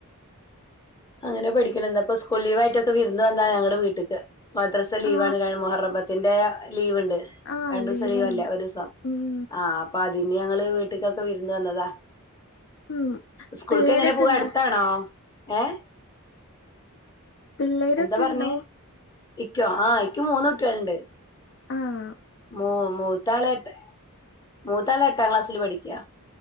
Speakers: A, on the left (about 20°); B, on the left (about 55°).
A: അങ്ങനെ പഠിക്കണ് അപ്പോ സ്കൂൾ ലീവായിട്ടൊക്കെ വിരുന്ന് വന്നാ ഞങ്ങടെ വീട്ട്ക്ക് മദ്രസ ലീവ
B: ആ
A: ആണ് മൊഹറം ത്തിന്റെ ലീവ് ഇണ്ട്
B: ആ
A: രണ്ടീസം
B: ലീവുണ്ട്
A: ലീവല്ലെ ഒരൂസം
B: ഉം
A: ആഹ് അപ്പൊ അതിഞ്ഞി ഞങ്ങള് വീട്ടക്കൊക്കെ വിരുന്നു വന്നതാ
B: ഉം
A: സ്കൂളക്ക്
B: പിള്ളേരൊക്കെ
A: എങ്ങനെ പോവാ
B: ഉണ്ടോ
A: അടുത്താണോ ഏഹ്
B: പിള്ളേരൊക്കെ
A: എന്താ പറഞ്ഞേ
B: ഉണ്ടോ
A: ഇക്കോ ആഹ് ഇക്ക് മൂന്ന് കുട്ടികളുണ്ട്
B: ആഹ്
A: മൂ മൂത്താള് എട്ട് മൂത്താല് എട്ടാം ക്ലാസ്സില് പഠിക്കാ